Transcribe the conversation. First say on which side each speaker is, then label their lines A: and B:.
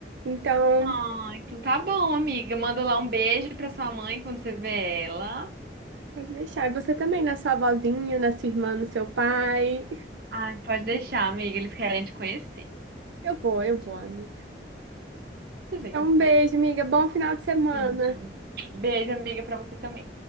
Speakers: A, on the right; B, on the right.
A: Então,
B: Ah, então tá bom, amiga. Manda lá um beijo pra sua mãe quando você vê ela.
A: pode deixar. E você também, na sua avózinha, na sua irmã, no seu pai.
B: Ah, pode deixar, amiga. Eles querem te conhecer.
A: Eu vou, eu vou, amiga.
B: Tudo bem,
A: Então,
B: tudo
A: um beijo,
B: bem.
A: amiga. Bom final de semana.
B: Beijo. Beijo, amiga, pra você também.